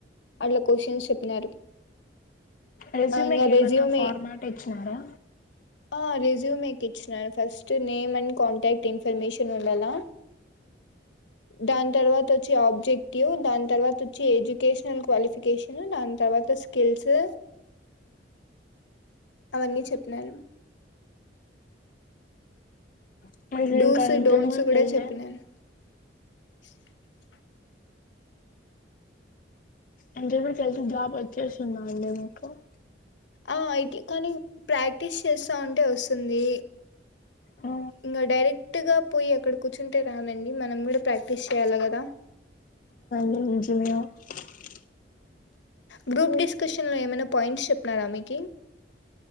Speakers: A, on the left; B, on the left.
A: అట్లా క్వశ్చన్స్ చెప్పినారు.
B: రేజ్యుమీ
A: ఇంకా
B: కేమా.
A: రెజ్యూమే
B: నా ఫార్మాటెద్. చ్చారా.
A: ఆ రిజ్యూమె కిచ్చినాను first name and contact information ఉండాలా. దాన్ తర్వాత ఓచ్చి ఆబ్జెక్టివ్, దాని తర్వాత వచ్చి ఎడ్యుకేషనల్ క్వాలిఫికేషన్, దాని తర్వాత స్కిల్స్. అవన్నీ చెప్పినారు.
B: <unintelligible>
A: డూస్ డోంట్స్ కూడా చెప్పినాను <inaudible>
B: అంటే మీకు ఏళ్తే జాబ్ వచ్చేస్తుందా అండి మీకు.? !
A: ఆ అయితే కానీ ప్రాక్టీస్ చేస్తా ఉంటే వస్తుంది.
B: ఆ
A: ఇంగా డైరెక్టుగా పోయి అక్కడ కూర్చుంటే రాదండి మనం గూడా ప్రాక్టీస్ చేయాల గదా.
B: <unintelligible>
A: గ్రూప్ డిస్కషన్ లో ఏమైనా పాయింట్స్ చెప్పినారా మీకి?